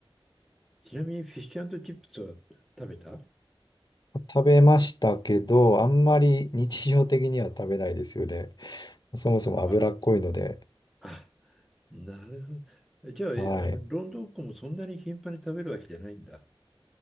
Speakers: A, in the centre; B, on the left.
A: ちなみにフィッシュチップスは食べた
B: 食べましたけど、あんまり日常的には食べないですよね。そもそも脂っこいので。
A: あ、あ、なるほど。じゃあ、
B: はい。
A: あの、ロンドンっ子もそんなに頻繁に食べるわけじゃないんだ。